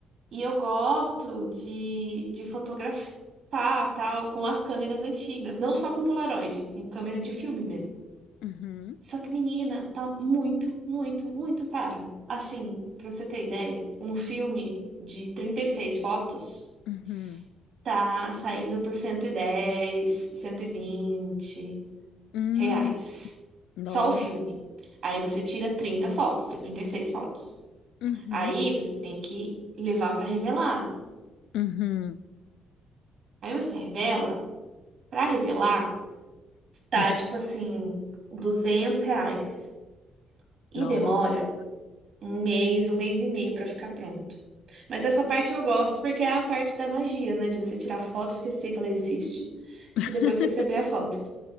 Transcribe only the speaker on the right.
E eu gosto de, de fotografar, tal, com as câmeras antigas, não só com Polaroid, com câmera de filme mesmo.
Só que, menina, tá muito, muito, muito caro. Assim, pra você ter ideia, um filme de 36 fotos
tá saindo por cento cento e dez cento e vinte
reais.
Só o filme. Aí você tira 30 fotos, 36 fotos.
Aí você tem que levar pra revelar.
Aí você revela. Para revelar, tá
tipo assim, 200 reais. E
demora um mês, um mês e meio para ficar pronto. Mas essa parte eu gosto porque é a parte da magia, né? De você tirar a foto, esquecer que ela existe
e depois receber a foto.